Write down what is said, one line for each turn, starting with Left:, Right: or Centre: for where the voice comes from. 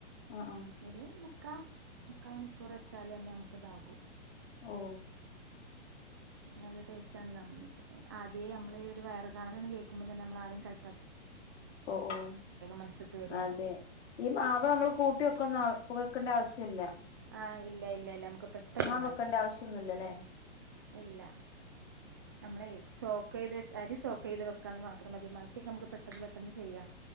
Left: ആ ആ
Right: ഒരു മുപ്പ മുക്കാ മണിക്കൂർ വച്ചാലേ തന്നെ ഇതാവൂ
Left: ഓ
Right: നല്ല ടേസ്റ്റാണല്ലോ അതേ നമ്മൾ ഈ വയറുകാണൽ എന്ന് കേക്കുമ്പോ തന്നെ നമ്മൾ ആദ്യം കൽ
Left: ഓ ഓ
Right: മനസ്സ്ക്ക് വരിക
Left: അതേ ഈ മാവ് നമ്മൾ കൂട്ടി ക്കണ്ട ആവശ്യമില്ല
Right: ആ ഇല്ല ഇല്ല പെട്ടെന്ന് ഉണ്ടാക്കാം
Left: വെക്കേണ്ട ആവശ്യൊന്നുല്ലല്ലേ
Right: ഇല്ല. നമ്മളെ സോക്ക് അരി സോക്ക് ചെയ്ത് വെയ്ക്കുക എന്ന് മാത്രം മതി നമുക്ക് പെട്ടെന്ന് പെട്ടെന്ന് ചെയ്യാം